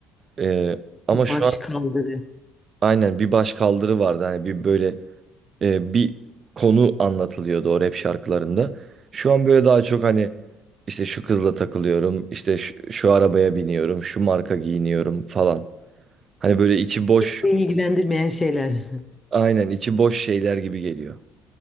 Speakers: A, on the right; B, on the left.
A: E, ama şu
B: Baş
A: an
B: kaldırı.
A: aynen bir baş kaldırı vardı. Hani bir böyle e, bir konu anlatılıyordu o rap şarkılarında. Şu an böyle daha çok hani işte şu kızla takılıyorum, işte şu, şu arabaya biniyorum, şu marka giyiniyorum falan. Hani böyle içi boş,
B: Kimseyi ilgilendirmeyen şeyler. <laughs>
A: aynen içi boş şeyler gibi geliyor.